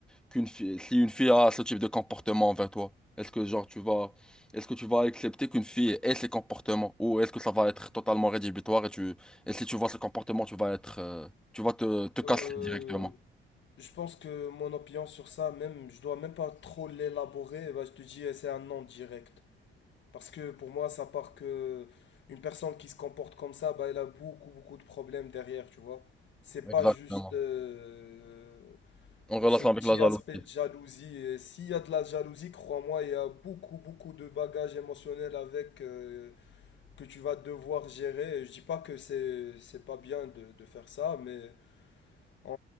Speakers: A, in the centre; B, on the left (about 65°).
A: qu'une fille, si une fille a ce type de comportement envers toi, est-ce que genre tu vas, est-ce que tu vas accepter qu'une fille ait ces comportements ou est-ce que ça va être totalement rédhibitoire et tu, et si tu vois ce comportement, tu vas être, euh, tu vas te, te casser
B: Euh,
A: directement.
B: je pense que mon opinion sur ça, même, je dois même pas trop l'élaborer. Bah, je te dis, eh, c'est un non direct. Parce que pour moi, ça part que une personne qui se comporte comme ça, bah, elle a beaucoup, beaucoup de problèmes derrière, tu vois. C'est
A: Exactement.
B: pas juste euh,
A: En relation
B: ce petit
A: avec la jalousie.
B: aspect de jalousie. Et S'il y a de la jalousie, crois-moi, il y a beaucoup, beaucoup de bagages émotionnels avec euh, que tu vas devoir gérer. Et Je dis pas que c'est c'est pas bien de de faire ça, mais En,